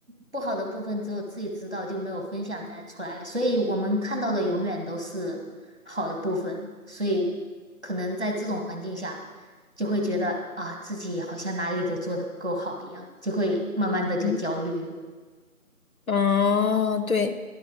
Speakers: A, on the right (about 45°); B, on the left (about 65°).
A: 不好的部分只有自己知道，就没有分享在出来，所以我们看到的永远都是好的部分，所以可能在这种环境下，就会觉得啊自己好像哪里都做的不够好一样，就会慢慢的就焦虑了。
B: 嗯。哦，对，